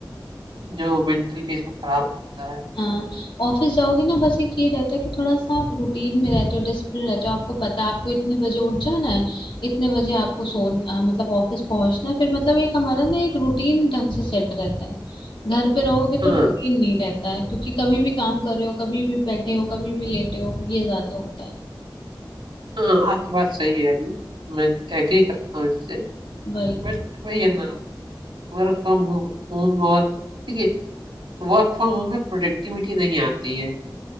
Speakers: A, on the right; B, on the left.
A: जो मेंटल पीस को खराब करता है
B: हाँ ऑफिस जाओगे ना बस एक ये रहता है कि थोड़ा सा आप रूटीन में रहते हो डिसिप्लिन रहते हो आपको पता है आपको इतने बजे उठ जाना है इतने बजे आपको सोन अ, मतलब ऑफिस पहुंचना है फिर मतलब एक हमारा ना एक रूटीन ढंग से सेट रहता है घर पे रहोगे तो
A: हाँ
B: रूटीन नहीं रहता है क्योंकि कभी भी काम कर रहे हो कभी भी बैठे हो कभी भी लेटे हो ये ज्यादा होता है
A: हाँ आपकी बात सही है यार ये। मैं एग्री करता हूँ इससे
B: वही
A: बट वही है ना वर्क फ्रॉम होम और देखिए वर्क फ्रॉम होम में प्रोडक्टिविटी नहीं आती है